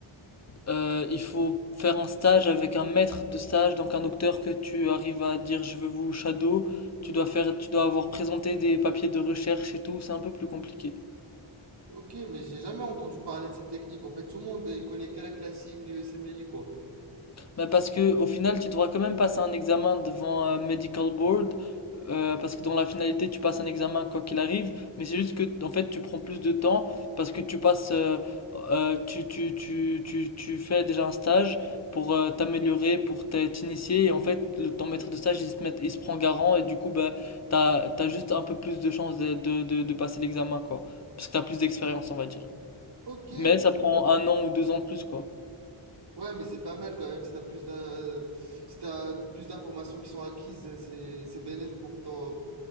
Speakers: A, on the left; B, on the right.
A: Euh, il faut faire un stage avec un maître de stage, donc un docteur que tu arrives à dire je veux vous shadow. Tu dois faire, tu dois avoir présenté des papiers de recherche et tout, c'est un peu plus compliqué.
B: Ok, mais j'ai jamais entendu parler de cette technique. En fait, tout le monde il connaît que la classique, les USMLE quoi.
A: Bah, parce que au final, tu devras quand même passer un examen devant un medical board, euh, parce que dans la finalité, tu passes un examen quoi qu'il arrive, mais c'est juste que en fait, tu prends plus de temps parce que tu passes, euh, euh, tu, tu, tu, tu, tu fais déjà un stage pour euh, t'améliorer, pour t'in- t'initier, et en fait, le, ton maître de stage, il se met, il se prend garant, et du coup, bah, t'as, t'as juste un peu plus de chances de, de, de, de passer l'examen, quoi, parce que t'as plus d'expérience, on va dire.
B: Ok,
A: Mais ça prend un an ou deux ans de plus, quoi.
B: Ouais, mais c'est pas mal quand même. Si t'as plus d'un, si t'as plus d'informations qui sont acquises, c'est c'est bénéf pour ton,